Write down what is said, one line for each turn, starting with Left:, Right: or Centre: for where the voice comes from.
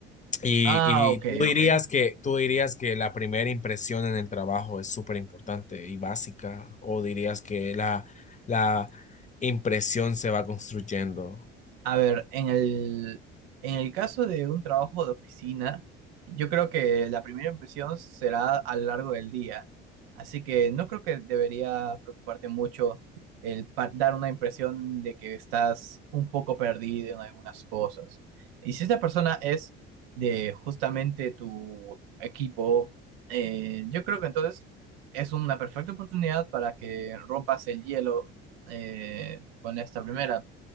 Left: Y,
Right: Ah, ok,
Left: y tú dirías
Right: ok.
Left: que, tú dirías que la primera impresión en el trabajo es súper importante y básica, o dirías que la, la impresión se va construyendo.
Right: A ver, en el, en el caso de un trabajo de oficina, yo creo que la primera impresión será a lo largo del día. Así que no creo que debería preocuparte mucho el pa- dar una impresión de que estás un poco perdido en algunas cosas. Y si esta persona es de justamente tu equipo, eh, yo creo que entonces es una perfecta oportunidad para que rompas el hielo eh, con esta primera.